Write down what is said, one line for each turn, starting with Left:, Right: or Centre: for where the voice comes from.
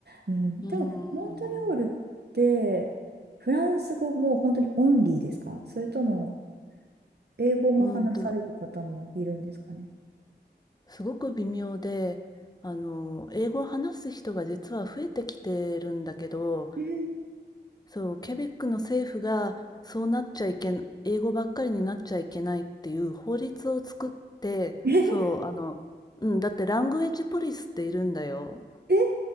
Right: うん、
Left: うん。
Right: でもモントリオールってフランス語も本当にオンリーですかそれとも英語も話される方もいるんですかね
Left: うんと、すごく微妙で、あの、英語を話す人が実は増えてきてるんだけど、
Right: えー
Left: そう、ケベックの政府がそうなっちゃいけん、英語ばっかりになっちゃいけないっていう法律を作って、
Right: え、
Left: そう、
Right: <laughs>
Left: あの、うん、だってラングエッジポリスっているんだよ。
Right: えー、